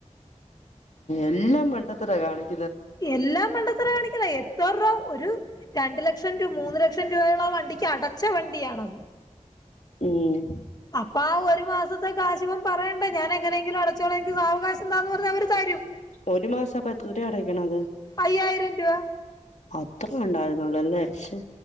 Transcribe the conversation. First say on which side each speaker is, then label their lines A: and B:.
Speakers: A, on the left; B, on the left.
A: എല്ലാം മണ്ടത്തരവാ കാണിക്കു
B: എല്ലാ മണ്ടത്തരവാ കാണിക്കുന്നെ എത്ര രൂപ ഒരു രണ്ടു ലക്ഷം രൂ മൂന്ന് ലക്ഷം രൂപയോളം ആ വണ്ടിക്ക് അടച്ച വണ്ടിയാണത്
A: ഉംഹ്
B: അപ്പൊ ആ ഒരു മാസത്തെ കാശിവൻ പറയണ്ടേ ഞാൻ എങ്ങനെയെങ്കിലും അടച്ചോളാം എനിക്ക് സാവകാശം താന്ന് പറഞ്ഞാ അവര് തരും
A: ഒരു മാസം അപ്പം എത്ര രൂപ അടക്കണം അത്
B: അയ്യായിരം രൂപ
A: അത്രേ ഉണ്ടായിരുന്നുള്ളു അല്ലേ ശ്ശോ